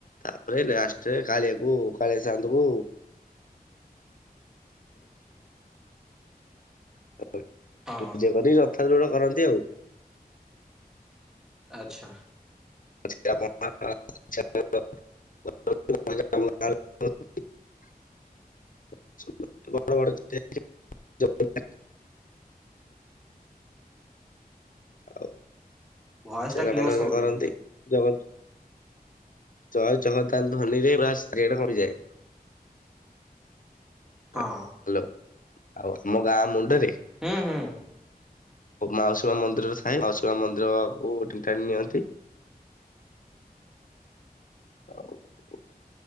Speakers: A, on the left (about 60°); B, in the centre.
A: ତାପରେ ଲାଷ୍ଟରେ କାଳିଆକୁ କା ଯାନ୍ଦୁବୁ ପୂଜା
B: ହଁ
A: କରି ରଥା ଦ୍ୱୋଡ କରନ୍ତି ଆଉ।
B: ଆଚ୍ଛା!
A: ଆପଣ <unintelligible> <unintelligible> <unintelligible> ଆଉ
B: ଭଏସ
A: ସେରା
B: ଟା କ୍ଲିୟର
A: ଭଲସେ
B: ଶୁଭୁନି
A: କରନ୍ତି। ଯ ଜୟ ଜଗଦାନ ଧ୍ୱନିରେ ପୁରା ସେ ଏରିଆ କମ୍ପିଯାଏ।
B: ହଁ
A: ହେଲୋ! ଆଉ ଆମ ଗାଁ ମୁଣ୍ଡରେ
B: ହୁଁ, ହୁଁ।
A: ମାଉସୀମା ମନ୍ଦିରରେ ଥାଏ। ମାଉସୀମା ମନ୍ଦିର କୁ ଟାଣିଟାଣି ନିଅନ୍ତି। <unintelligible>